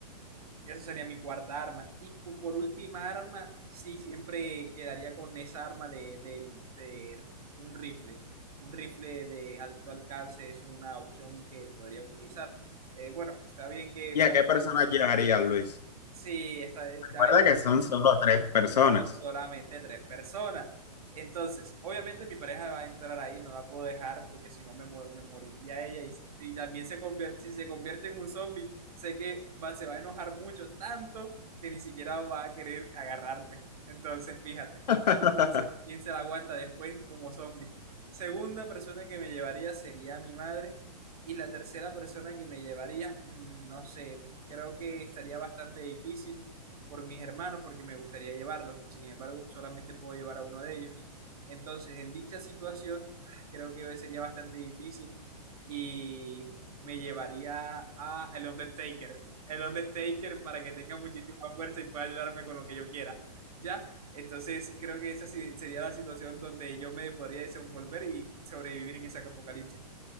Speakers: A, on the right; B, on the left.
A: Esa sería mi cuarta arma. Y cu- por última arma, sí, siempre quedaría con esa arma de, de- de un rifle. Un rifle de alto alcance es una opción que podría utilizar. Eh, bueno, está bien que
B: ¿Y
A: para...
B: a qué personas llevarías, Luis?
A: Sí, está,
B: Recuerda
A: ya iba
B: que son solo tres personas.
A: son solamente tres personas. Entonces, obviamente mi pareja va a entrar ahí, no la puedo dejar porque si no me muero, me moriría ella y, y también se convierte, si se convierte en un zombie, sé que va, se va a enojar mucho, tanto que ni siquiera va a querer agarrarme. Entonces, fíjate.
B: <laughs>
A: Entonces, ¿quién se la aguanta después como zombie? Segunda persona que me llevaría sería mi madre y la tercera persona que me llevaría, mm, no sé, creo que estaría bastante difícil por mis hermanos porque me gustaría llevarlos, sin embargo solamente puedo llevar a uno de ellos. Entonces, en dicha situación, ah, creo que sería bastante difícil y me llevaría a el Undertaker, el Undertaker para que tenga muchísima fuerza y pueda ayudarme con lo que yo quiera, ¿ya? Entonces, creo que esa sí sería la situación donde yo me podría desenvolver y sobrevivir en ese apocalipsis.